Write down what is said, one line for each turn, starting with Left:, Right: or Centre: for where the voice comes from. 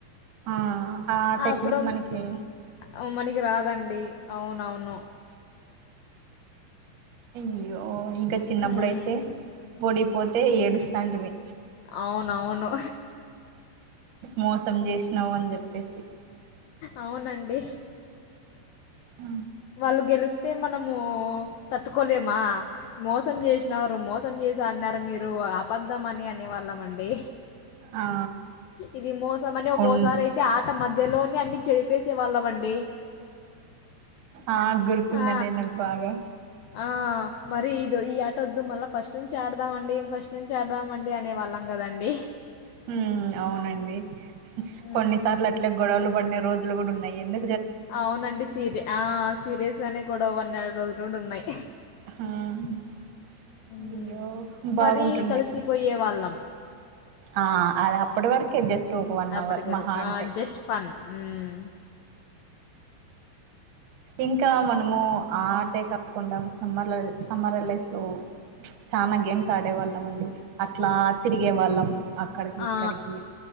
Right: ఆ ఆ టెక్నిక్
Left: అప్పుడు
Right: మనకి
Left: అవ్ మనకి రాదండి అవునవును.
Right: అయ్యో ఇంకా చిన్నప్పుడుయితే
Left: మ్మ్.
Right: బడికిపోతే ఏడుస్తాంటిమి.
Left: అవునవును.
Right: మోసం చేసినావు అని చెప్పేసి
Left: అవునండి.
Right: ఆ
Left: వాళ్ళు గెలిస్తే మనము తట్టుకోలేమా మోసం చేసినారు మోసం చే సి అడ్నారు మీరు అపద్ధమని అనే వాళ్ళమండి.
Right: ఆ
Left: ఇది మోసమని ఒకోసారయితే
Right: ఉన్
Left: ఆట మధ్య ధ్యలోనే అన్ని చెడిపేసేవాళ్ళమండి.
Right: ఆ గుర్తుందండి
Left: ఆ
Right: నాకు బాగా
Left: ఆ మరి ఇద్ ఈ ఆటోద్దు మళ్ళ ఫస్ట్ నుంచి ఆడదామండి ఫస్ట్ నుంచి ఆడదామండి అనే వాళ్ళం కదండి.
Right: హ్మ్ అవునండి.
Left: మ్మ్.
Right: కొన్నిసార్లు అట్లే గొడవలు పడిన రోజులు కూడా ఉన్నాయి. ఎందు
Left: అవునండి. సీరియ ఆ సీరియస్ గానే గొడవ పడిన రోజులు కూడా ఉన్నాయ్.
Right: హ్మ్
Left: హ్మ్
Right: అయ్యో బాగుంటుండే
Left: మరీ కలిసిపోయే వాళ్ళం.
Right: ఆ అదప్పుటి వర్కే జస్ టు ఒక వన్
Left: అప్పటికి
Right: అవర్
Left: వరకు
Right: మహా
Left: ఆ
Right: అంటే
Left: జస్ట్ ఫన్ మ్మ్.
Right: ఇంకా మనము
Left: ఇలా
Right: ఆటే కా కుండం సమ్మర్లో సమ్మర్ హాలిడేస్లో చానా గేమ్స్ ఆడే వాళ్ళమండి అట్లా ఆ తిరిగే వాళ్ళం అక్కడికి
Left: ఆ
Right: ఇక్కడికి